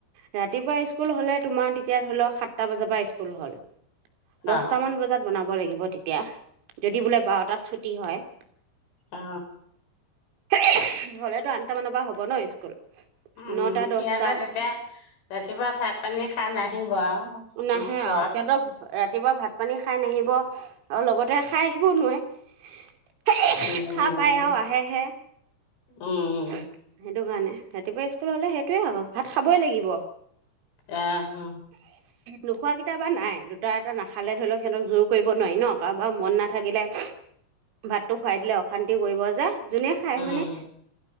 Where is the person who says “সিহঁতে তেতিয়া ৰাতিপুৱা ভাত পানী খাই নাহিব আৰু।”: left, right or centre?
Left